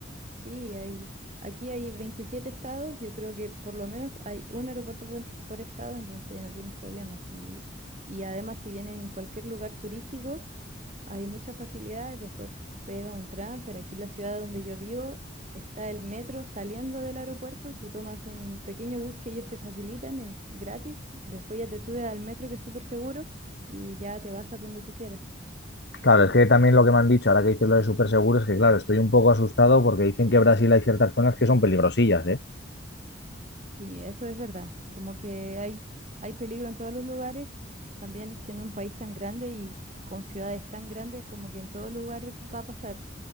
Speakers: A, on the right; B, on the left.
A: Sí, hay, aquí hay 27 estados, yo creo que por lo menos hay un aeropuerto por, por estado, entonces no tienes problemas. Y, y además si vienes en cualquier lugar turístico, hay muchas facilidades, después pega un transfer. Aquí en la ciudad donde yo vivo está el metro saliendo del aeropuerto, tú tomas un pequeño bus que ellos te facilitan, es gratis, después ya te subes al metro que es súper seguro y ya te bajas donde tú quieras.
B: Claro, es que también lo que me han dicho, ahora que dices lo de súper seguro, es que claro, estoy un poco asustado porque dicen que en Brasil hay ciertas zonas que son peligrosillas, ¿eh?
A: Sí, eso es verdad. Como que hay, hay peligro en todos los lugares, también siendo un país tan grande y con ciudades tan grandes, como que en todo lugar va a pasar.